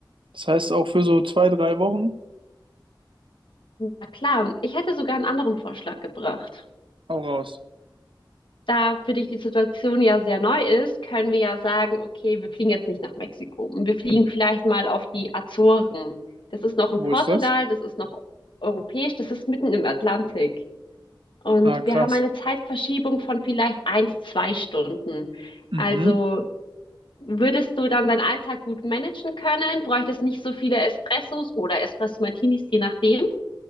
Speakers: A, on the right (about 85°); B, on the left (about 75°).
A: Das heißt auch für so zwei, drei Wochen
B: Na klar, ich hätte sogar einen anderen Vorschlag gebracht.
A: auch raus.
B: Da für dich die Situation ja sehr neu ist, können wir ja sagen, okay, wir fliegen jetzt nicht nach Mexiko. Wir fliegen vielleicht mal auf die Azoren. Das ist noch in
A: Wo
B: Portugal,
A: ist das?
B: das ist noch europäisch, das ist mitten im Atlantik. Und
A: Ah, krass.
B: wir haben eine Zeitverschiebung von vielleicht eins, zwei Stunden.
A: Mhm.
B: Also würdest du dann deinen Alltag gut managen können? Bräuchtest nicht so viele Espressos oder Espresso Martinis, je nachdem?